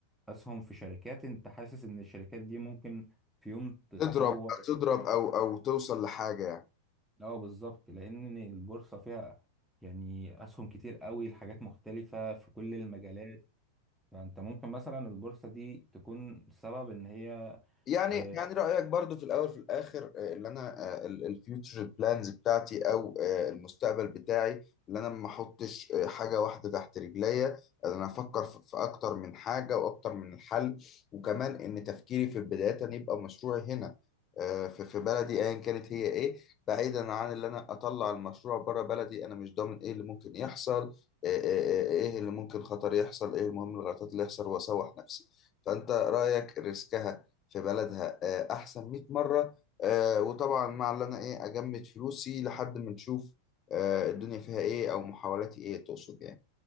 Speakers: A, in the centre; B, on the left.
A: اسهم في شركات انت حاسس ان الشركات دي ممكن في يوم تتطور
B: تضرب تضرب او او توصل لحاجة يعني
A: اه بالظبط لان البورصه فيها يعني اسهم كتير قوي لحاجات مختلفه في كل المجالات فانت ممكن مثلا البورصه دي تكون سبب ان هي
B: يعني
A: آه،
B: يعني رأيك برضو في الأول في الآخر آه، اللي أنا الفيوتشر بلانز بتاعتي أو آه، المستقبل بتاعي اللي أنا ما أحطش آه، حاجة واحدة تحت رجليا أنا أفكر في في أكتر من حاجة وأكتر من الحل وكمان إن تفكيري في البداية أن يبقى مشروعي هنا آه، في في بلدي أيا كانت هي إيه بعيدا عن اللي أنا أطلع المشروع بره بلدي أنا مش ضامن إيه اللي ممكن يحصل آه، آه، آه، آه، إيه اللي ممكن خطر يحصل إيه المهم الغلطات اللي يحصل وأسوح نفسي فأنت رأيك ريسكها في بلدها آه، احسن 100 مره آه، وطبعا مع اللي انا ايه اجمد فلوسي لحد ما نشوف آه، الدنيا فيها ايه او محاولاتي ايه تقصد يعني